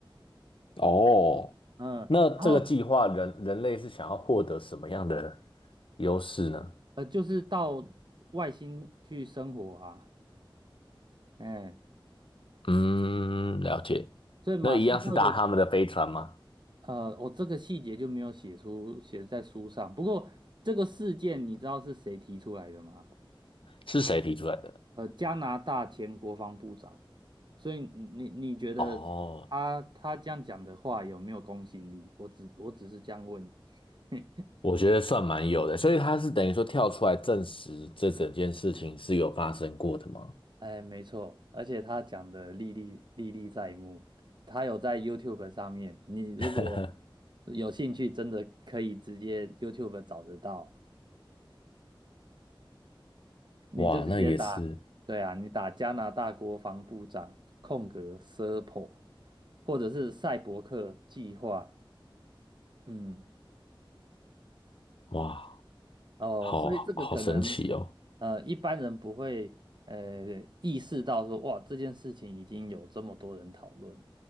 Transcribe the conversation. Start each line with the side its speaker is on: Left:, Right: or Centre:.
Left: 哦，
Right: 嗯，
Left: 那这个计划人人类是想要获得什么样的
Right: 然后
Left: 优势呢？
Right: 呃，就是到外星去生活啊，哎，
Left: 嗯，了解。
Right: 所以马斯克的
Left: 那一样是搭他们的飞船吗？
Right: 呃，我这个细节就没有写出写在书上。不过这个事件你知道是谁提出来的吗？
Left: 是谁提出来的？
Right: 呃，加拿大前国防部长。所以你你你觉得他他这样讲的话有没有公信力？
Left: 哦，
Right: 我只我只是这样问你。<laughs>
Left: 我觉得算蛮有的，所以他是等于说跳出来证实这整件事情是有发生过的吗？
Right: 哎，没错，而且他讲的历历历历在目，他有在 YouTube 上面，你如果
Left: <laughs>
Right: 有兴趣，真的可以直接 YouTube 找得到。你就直接打，
Left: 哇，那也是，
Right: 对啊，你打加拿大国防部长空格 SIRPO，或者是赛博克计划，嗯，
Left: 哇，
Right: 哦，
Left: 好好神奇哦。
Right: 所以这个可能呃一般人不会呃意识到说哇这件事情已经有这么多人讨论，